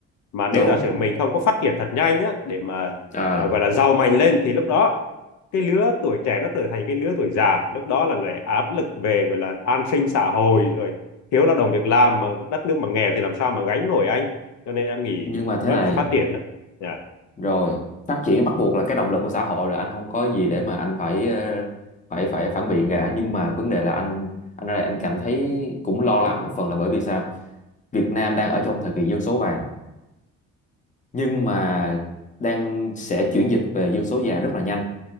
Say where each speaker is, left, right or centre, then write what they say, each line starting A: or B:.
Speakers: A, on the left; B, on the left.
A: mà nếu
B: đúng
A: giả sử mình không có phát triển thật nhanh nhá để mà
B: à
A: à, gọi là giàu mạnh lên thì lúc đó cái lứa tuổi trẻ nó trở thành cái lứa tuổi già lúc đó là lại áp lực về gọi là an sinh xã hội rồi thiếu lao động việc làm mà đất nước mà nghèo thì làm sao mà gánh nổi anh cho nên em nghĩ
B: nhưng mà
A: vẫn
B: thế này
A: phải phát triển đó dạ
B: rồi phát triển bắt buộc là cái động lực của xã hội rồi anh không có gì để mà anh phải ờ, phải phải phản biện cả nhưng mà vấn đề là anh anh ở đây anh cảm thấy cũng lo lắng một phần là bởi vì sao Việt Nam đang ở trong thời kỳ dân số vàng nhưng mà đang sẽ chuyển dịch về dân số già rất là nhanh